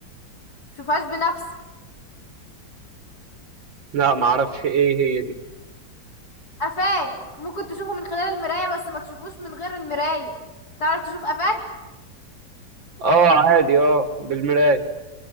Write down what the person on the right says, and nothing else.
لا ما اعرفش ايه هي دي
اه عادي اه بالمراية